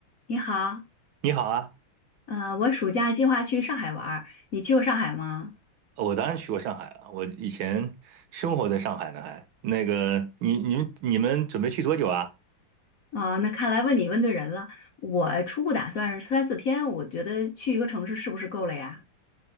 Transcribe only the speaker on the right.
你好啊，
我当然去过上海了，我以前生活在上海呢还。那个，你、你们、你们准备去多久啊？